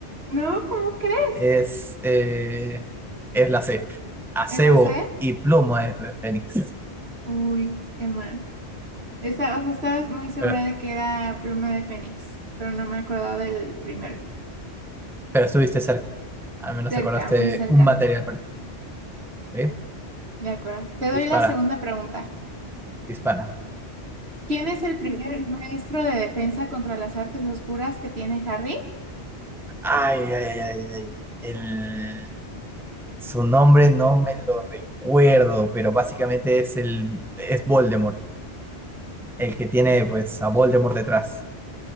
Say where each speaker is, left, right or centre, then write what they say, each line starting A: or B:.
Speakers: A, on the right; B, in the centre.
A: No, ¿cómo crees?
B: Es, eh, es la C, acebo
A: ¿Es la C?
B: y pluma de, de fénix.
A: Uy, qué mal. Esta, o sea, estaba muy segura
B: Pero,
A: de que era pluma de Fénix, pero no me acordaba del primero.
B: pero estuviste cerca, al menos
A: Cerca,
B: acordaste
A: muy cerca.
B: un material. ¿eh?
A: De acuerdo. Te doy
B: Dispara,
A: la segunda pregunta.
B: dispara.
A: ¿Quién es el primer maestro de defensa contra las artes oscuras que tiene Harry?
B: Ay, ay, ay, ay. El, su nombre no me lo recuerdo, pero básicamente es el es Voldemort, el que tiene pues a Voldemort detrás.